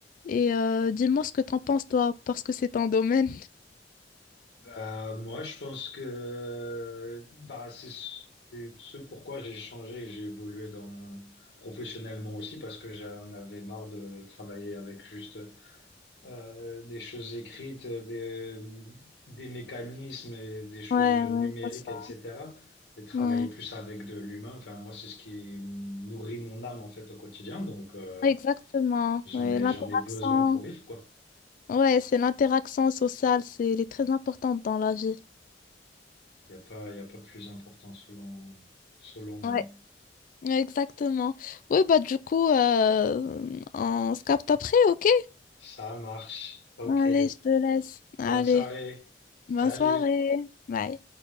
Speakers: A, on the left; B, on the left.
A: Et euh, dis-moi ce que t'en penses, toi, parce que c'est ton domaine.
B: Bah, moi, je pense que bah, c'est ce c'est ce pourquoi j'ai changé et j'ai évolué dans mon- professionnellement aussi parce que j'en avais marre de travailler avec juste euh, des choses écrites, des, des mécanismes et des choses
A: Ouais,
B: numériques,
A: ouais, c'est ça.
B: etc. Et travailler
A: Ouais.
B: plus avec de l'humain. Enfin, moi, c'est ce qui nourrit mon âme en fait au quotidien. Donc, euh,
A: Ouais, Exactement.
B: j'en
A: Ouais,
B: ai,
A: l'interaction.
B: j'en ai besoin pour vivre, quoi.
A: Ouais, c'est l'interaction sociale, c'est, elle est très importante dans la vie.
B: Il n'y a pas, il y a pas plus important selon, selon moi.
A: Ouais. Ouais, Exactement. Oui, bah du coup, euh, on se capte après, ok?
B: Ça marche. OK.
A: Allez, je te laisse. Allez,
B: Bonne soirée.
A: bonne
B: Salut.
A: soirée. Bye.